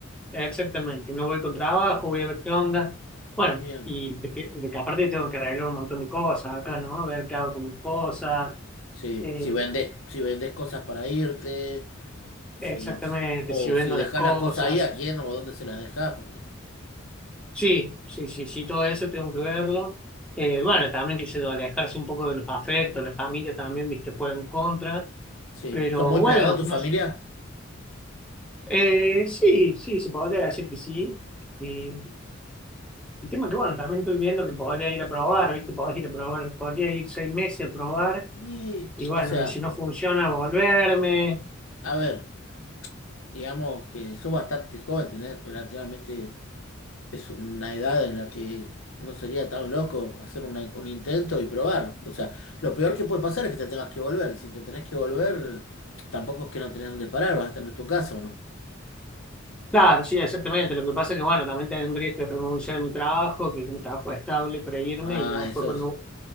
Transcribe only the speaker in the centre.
exactamente. Me voy con trabajo, voy a ver qué onda. Bueno,
y de que, de que aparte tengo que arreglar un montón de cosas acá, ¿no? A ver qué hago con mis cosas.
eh,
exactamente,
si vendo
las cosas.
Sí, sí, sí, sí, todo eso tengo que verlo. Eh, bueno, también que se alejarse un poco de los afectos, la familia también, viste, juega en contra.
Pero
bueno,
no,
Eh, sí, sí, se podría decir que sí. Eh, el tema que, bueno, también estoy viendo que podría ir a probar, ¿viste? Podría ir a probar, podría ir seis meses a probar
y, bueno,
y si no funciona, volverme.
Claro, sí, exactamente. Lo que pasa es que, bueno, también tendría que renunciar a mi trabajo, que es un trabajo estable para irme
y ya después
cuando,